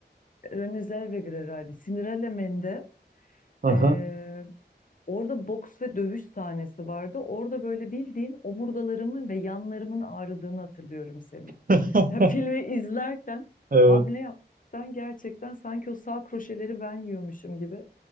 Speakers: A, on the left; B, on the right.
A: Renée Zellweger herhalde. Cinderella Man'de
B: aha
A: ee, orada boks ve dövüş sahnesi vardı. Orada böyle bildiğin omurgalarımın ve yanlarımın ağrıdığını hatırlıyorum Semih.
B: <laughs>
A: <laughs> Ya Filmi izlerken
B: evet
A: hamle yaptıktan gerçekten sanki o sağ kroşeleri ben yiyormuşum gibi